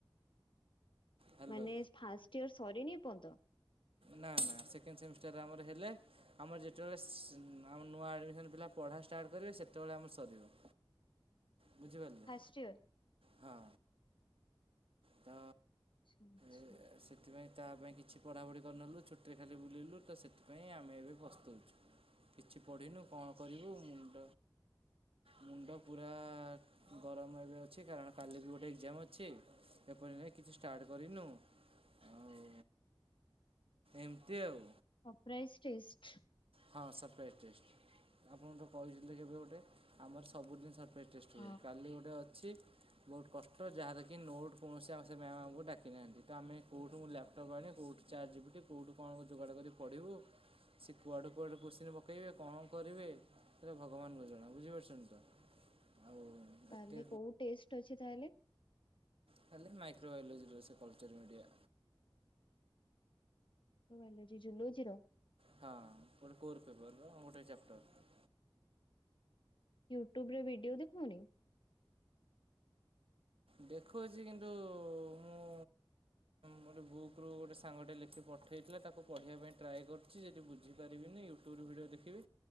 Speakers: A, on the right; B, on the left.
A: ହ୍ୟାଲୋ
B: ମାନେ ଫାଷ୍ଟ ଇୟର ସରିନି ଏପର୍ଯ୍ୟନ୍ତ?
A: ନା ନା ସେକେଣ୍ଡ ସେମିଷ୍ଟାରରେ ଆମର ହେଲେ ଆମର ଯେତେବେଳେ ସେ ନୂଆ ଆଡ଼ମିସନ୍ ପିଲା ପ ପଢ଼ା ଷ୍ଟାର୍ଟ କରିବେ ସେତେବେଳେ ଆମର ସରିବ।
B: <unintelligible>
A: ବୁଝିିପାରିଲେ
B: ଫାଷ୍ଟ ଇୟର?
A: ହଁ। ତ
B: ଆଚ୍ଛା ଆଚ୍ଛା।
A: ଏ, ସେଥିପାଇଁ ତା ପାଇଁ କିଛି ପଢ଼ାପଢ଼ି କରିନଥିଲୁ ଛୁଟିରେ ଖାଲି ବୁଲିଲୁ ତ ସେଥିପାଇଁ ଆମେ ଏବେ ପସ୍ତଉଛୁ। କିଛି ପଢିନୁ କଣ କରିବୁ ମୁଣ୍ଡ ମୁଣ୍ଡ ପୁରା ଗରମ ଏବେ ଅଛି କାରଣ କାଲି ବି ଗୋଟେ ଏକ୍ଜାମ ଅଛି। ଏପରି ନାଇ କିଛି ଷ୍ଟାର୍ଟ କରିନୁ ଆଉ ଏମିତି ଆଉ।
B: ହଁ ପ୍ରାଇସ୍ ଟେଷ୍ଟ?
A: ହଁ ସରପ୍ରାଇଜ ଟେଷ୍ଟ ଆପଣ ତ କହିଛନ୍ତି କେବେ ଗୋଟେ ଆମର ସବୁ ଦିନି ସର ପ୍ରାଇଜ୍ ଟେଷ୍ଟ
B: ହଁ।
A: ହୁଏ କାଲି ଗୋଟେ ଅଛି। ବହୁତ କଷ୍ଟ ଯାହାରକି ନୋଟ୍ କୌଣସି ଆବଶ୍ୟ ସେ ମ୍ୟାମ୍ ଆମକୁ ଡାକିନାହାନ୍ତି ତ ଆମେ କୋଉଠୁ ମୁଁ ଲ୍ୟାପଟପ୍ ଆଣି କୋଉଠୁ ଚାଟ୍ ଜିପିଟି କୋଉଠୁ କଣ ଯୋଗାଡ କରି ପଢିବୁ। କୁଆଡୁ କୁଆଡୁ କୋଶ୍ଚେନ୍ ପକେଇବେ କଣ କରିବେ ସେଇଟା ଭଗବାନଙ୍କୁ ଜଣା ବୁଝିପାରୁଛନ୍ତି ତ ଆଉ
B: କାଲି
A: ଏତେ
B: କୋଉ ଟେଷ୍ଟ୍ ଅଛି ତାହଲେ?
A: କାଲି ମାଇକ୍ରୋବାୟୋଲଜି ର କଲଚର ମିଡିଆ।
B: ବାୟୋଲୋଜି ଜୁଲଜିର।
A: ହଁ ଗୋଟେ କୋର ପେପରର ଗୋଟେ ଚାପ୍ଟରର।
B: ୟୁଟ୍ୟୁବରେ ଭିଡିଓ ଦେଖଉନି?
A: ଦେଖଉଛି କିନ୍ତୁ ମୁଁ ଗୋଟେ ବୁକ୍ ରୁ ଗୋଟେ ସାଙ୍ଗ ଟେ ଲେଖିକି ପଠଉ ପଠେଇଥିଲା ତାକୁ ପଢ଼ିବା ପାଇଁ ଟ୍ରାଏ କରିୁଛି ଯଦି ବୁଝିପାରିବିନି ୟୁଟ୍ୟୁବରୁ ଭିଡ଼ିଓ ଦେଖିବି।